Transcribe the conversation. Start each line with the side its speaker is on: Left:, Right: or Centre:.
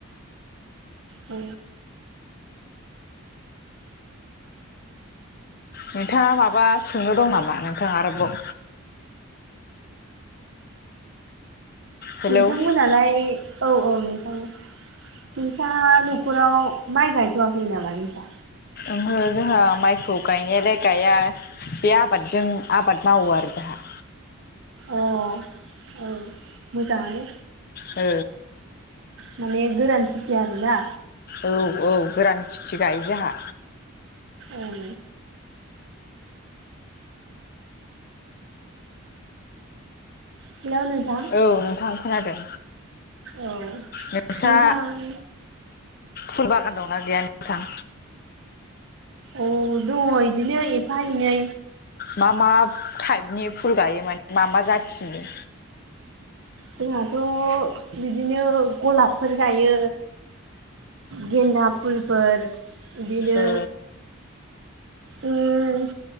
Right: औ
Left: नोंथाङा माबा सोंनो दं नामा नोंथाङा आरोबाव हेलौ
Right: नोंथांमोनालाय
Left: औ
Right: औ-औ नोंथां नोंथाङा न'खराव माइ गायथ'वाखै नामा नोंसा
Left: ओहो जोंहा माइखौ गायनायालाय गाया बे आबादजों आबाद मावो आरो जोंहा
Right: अ औ मोजाङानो
Left: ओ
Right: माने गोरान खेथि आरोना
Left: औ-औ गोरान खेथि गायो जाहा
Right: उम हेलौ नोंथां
Left: औ नोंथां खोनादों।
Right: औ
Left: नोंस्रा
Right: नोंथां
Left: फुल बागान दंना गैयानोथां
Right: औ दङ इदिनो एफा एनै
Left: मा-मा टाइपनि फुल गायो माने मा-मा जाथिनि
Right: जोंहाथ' बिदिनो गलाबफोर गायो गेन्दा फुलफोर बिदिनो
Left: ओ
Right: उम